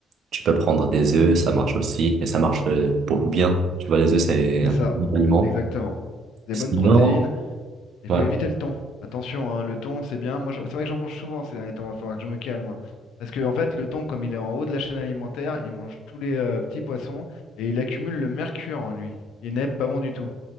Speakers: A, on the right; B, on the left.
A: Tu peux prendre des œufs, ça marche aussi, mais ça marche euh, pour bien. Tu vois, les œufs, c'est
B: C'est
A: un
B: ça.
A: bon aliment.
B: Exactement. Des
A: Sinon,
B: bonnes protéines. Il
A: ouais.
B: faut éviter le thon. Attention, hein, le thon, c'est bien. Moi, je- c'est vrai que j'en mange souvent ces derniers temps. Il va falloir que je me calme. hein. Parce que, en fait, le thon, comme il est en haut de la chaîne alimentaire, il mange tous les euh, petits poissons et il accumule le mercure en lui. Il n'est pas bon du tout.